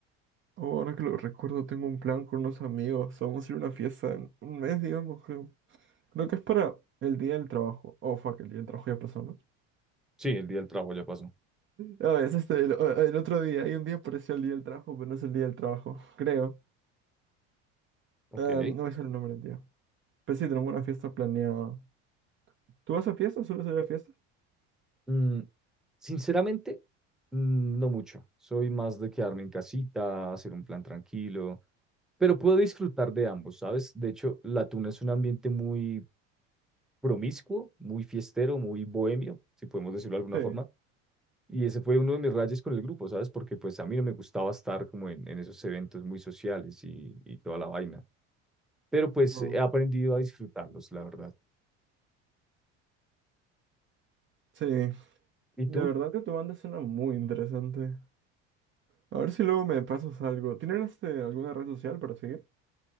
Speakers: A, on the right; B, in the centre.
A: Oh, Ahora que lo recuerdo, tengo un plan con unos amigos. Vamos a ir a una fiesta en un mes, digamos, creo. Creo que es para el día del trabajo. Oh, fuck, el día del trabajo ya pasó, ¿no?
B: Sí, el día del trabajo ya pasó.
A: No, es este, el, el otro día. Hay un día parecía el día del trabajo, pero no es el día del trabajo, creo.
B: Ok.
A: Ah, no es el nombre del día. Pero sí, tenemos una fiesta planeada. ¿Tú vas a fiestas? ¿Sueles ir a fiestas?
B: Mm, sinceramente, mm, no mucho. Soy más de quedarme en casita, hacer un plan tranquilo. Pero puedo disfrutar de ambos, ¿sabes? De hecho, la tuna es un ambiente muy promiscuo, muy fiestero, muy bohemio, si podemos decirlo de alguna
A: Sí.
B: forma. Y ese fue uno de mis rayes con el grupo, ¿sabes? Porque pues a mí no me gustaba estar como en, en esos eventos muy sociales y, y toda la vaina. Pero pues
A: No.
B: he aprendido a disfrutarlos, la verdad.
A: Sí.
B: ¿Y tú?
A: De verdad que tu banda suena muy interesante. A ver si luego me pasas algo. ¿Tienen este, alguna red social para seguir?